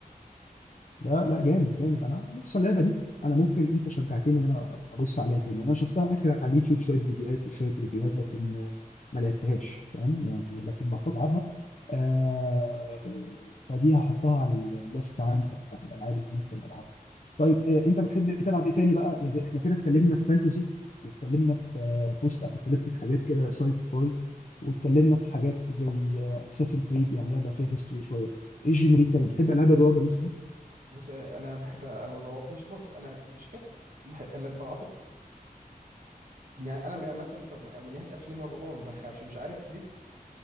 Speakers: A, on the left; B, on the right.
A: لا لا جامد جامد انا بص اللعبه دي انا ممكن انت شجعتني ان انا أبقى ابص عليها تاني انا شفتها اخر على اليوتيوب شويه فيديوهات وشويه ريفيوهات لكن ما لعبتهاش فاهم يعني لكن بفكر العبها آه فدي هحطها على الليست عندي بتاعت الالعاب اللي ممكن العبها طيب آه انت بتحب تلعب ايه تاني بقى يعني احنا كده اتكلمنا في فانتزي واتكلمنا في آه، بوست ابوكاليبتيك حاجات كده ساي فاي واتكلمنا في حاجات زي اساسن كريد يعني لعبه فيها هيستوري شويه ايه الجنري التاني بتحب العاب الرعب مثلا
B: بص انا بحب أو الرعب مش بص انا مش هكت بحب انا صراحه يعني انا مثلا ف- من ناحيه افلام الرعب ما بخافش مش عارف ليه في